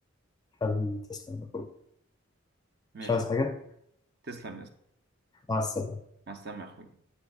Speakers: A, on the left; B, on the right.
A: حبيبي تسلم يا أخوي.
B: ماشي
A: مش عايز حاجة
B: تسلم يا اسطى
A: مع السلامة
B: مع السلامه يا اخوي